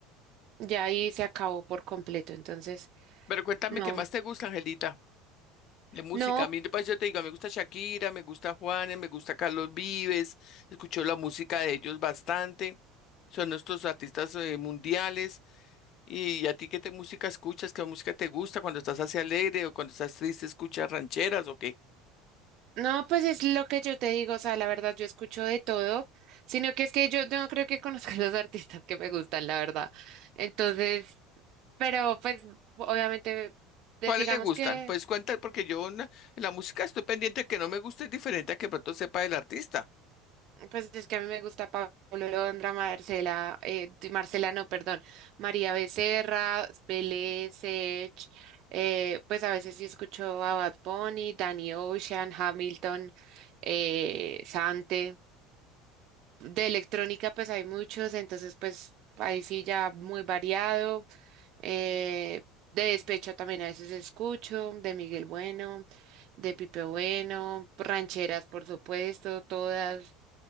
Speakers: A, on the right; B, on the left.
A: ya ahí se acabó por completo. Entonces,
B: pero cuéntame,
A: no,
B: ¿qué más te gusta, Angelita? De música,
A: no,
B: a mí, pues yo te digo, me gusta Shakira, me gusta Juanes, me gusta Carlos Vives, escucho la música de ellos bastante, son nuestros artistas eh, mundiales. ¿Y a ti qué te música escuchas? ¿Qué música te gusta cuando estás así alegre o cuando estás triste escuchas rancheras o qué?
A: no, pues es lo que yo te digo. O sea, la verdad, yo escucho de todo, sino que es que yo no creo que conozca <laughs> los artistas que me gustan, la verdad. Entonces, pero pues obviamente, pues,
B: ¿Cuáles
A: digamos
B: le gustan?
A: que
B: Pues cuenta, porque yo en la, en la música estoy pendiente que no me guste es diferente a que pronto sepa del artista.
A: Pues es que a mí me gusta Pablo Londra, Marcela, eh, di- Marcela no, perdón, María Becerra, Belé, Sech, eh, pues a veces sí escucho a Bad Bunny, Danny Ocean, Hamilton, eh, Sante. De electrónica pues hay muchos, entonces pues ahí sí ya muy variado. eh, de despecho también a veces escucho, de Miguel Bueno, de Pipe Bueno, rancheras por supuesto, todas